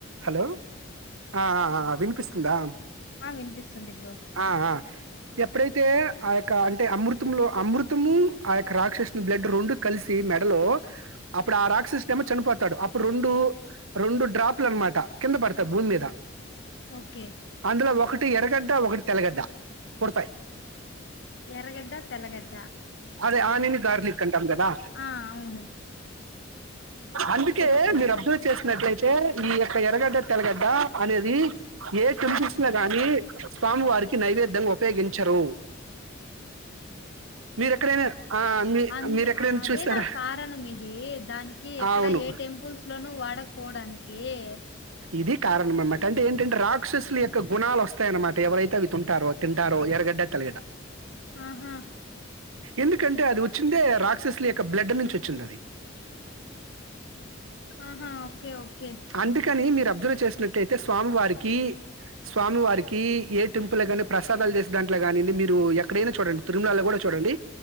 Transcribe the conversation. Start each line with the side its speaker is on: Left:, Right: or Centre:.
Right: Hello ఆ ఆ వినిపిస్తుందా
Left: ఆ వినిపిస్తుంది బ్రో
Right: ఆ ఆ ఎప్పుడైతే ఆ యొక్క అంటే అమృతములో అమృతము ఆ యొక్క రాక్షస్ ని బ్లడ్ రెండు కలిసి మెడ లో అప్పుడు ఆ రాక్షస్ డేమో చనిపోతాడు అప్పుడు రెండు రెండు డ్రాప్లు అనమాట కింద పడతాయి భూమి మీద
Left: ఓకే
Right: అందులో ఒకటి ఒకటి ఎర్రగడ్డ ఒకటి తెల్లగడ్డ పుడతాయి
Left: ఎర్రగడ్డ తెల్లగడ్డ
Right: అదే ఆనిని గార్లిక్ అను ాం <unintelligible> కాదా
Left: ఆ అవును
Right: అందుకే
Left: తెలుసు తెలుసు
Right: మీరు అబ్జర్వ్ చేసినట్లయితే అంటే ఈ యొక్క ఎర్రగడ్డ తెల్లగడ్డ అనేది ఏ టెంపుల్స్ లో గాని స్వామివారికి నైవేద్యంగా ఉపయోగించరు మీరు ఎక్కడైనా ఆ, మీ-
Left: అంద్
Right: మీరు ఎక్కడైనా
Left: అదే
Right: చూస్తారా
Left: నా కారణం ఇది దానికి ఎక్కడ
Right: ఆ, అవును
Left: ఏ టెంపుల్స్ లోనూ వాడకపోవడానికి ఒకే
Right: ఇది కారణం అన్నమాట అంటే ఏంటంటే రాక్షసుల యొక్క గుణాలు వస్తాయి అన్నమాట ఎవరైతే అవి తుంటారో తింటారో ఎరగడ్డ తేల్గడ్డ
Left: ఆహా
Right: ఎందుకంటే అది వచ్చిందే రాక్షసుల యొక్క బ్లడ్ నుంచి వచ్చింది అది
Left: ఆహా ఓకే ఓకే
Right: అందుకని మీరు అబ్జర్వ్ చేస్త చూసినట్టు అయితే స్వామివారికి స్వామివారికి ఏ టెంపుల్ కానీ ప్రసాదాలు చేసే దాంట్లో కాని మీరు ఎక్కడైనా చూడండి తిరుమలలో కూడా చూడండి